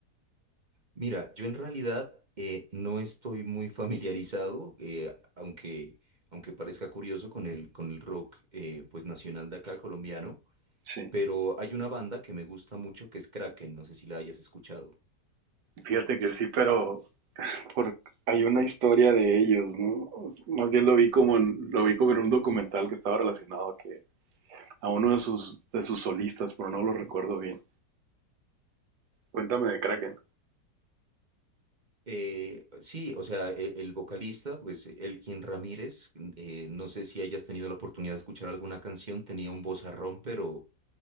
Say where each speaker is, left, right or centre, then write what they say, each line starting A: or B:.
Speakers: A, on the right; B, on the right.
A: Mira, yo en realidad eh, no estoy muy familiarizado, eh, aunque, aunque parezca curioso con el, con el rock eh, pues nacional de acá colombiano,
B: Sí,
A: pero hay una banda que me gusta mucho que es Kraken, no sé si la hayas escuchado.
B: fíjate que sí, pero por, hay una historia de ellos, ¿no? O s- Más bien lo vi como en, lo vi como en un documental que estaba relacionado a que a uno de sus, de sus solistas, pero no lo recuerdo bien. Cuéntame de Kraken.
A: Eh, sí, o sea, e- el, vocalista, pues Elkin Ramírez, eh, no sé si hayas tenido la oportunidad de escuchar alguna canción, tenía un vozarrón, pero